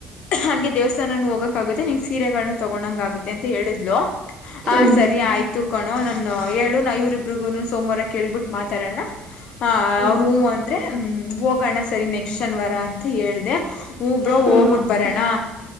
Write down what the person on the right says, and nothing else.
ಹ್ಮ್
ಹ್ಮ್
ಹ್ಮ್